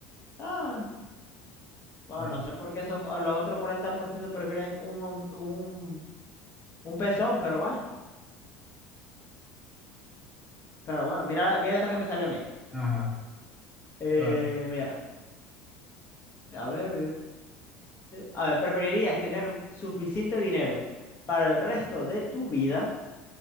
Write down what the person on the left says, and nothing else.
Ah, bueno,
no sé por qué esos, los otros 40% prefieren un, hom- un, un pezón, pero bueno. Pero bueno, mira, mira esta que me salió a mí.
Eh,
mira, a ver. A ver, ¿preferirías tener suficiente dinero para el resto de tu vida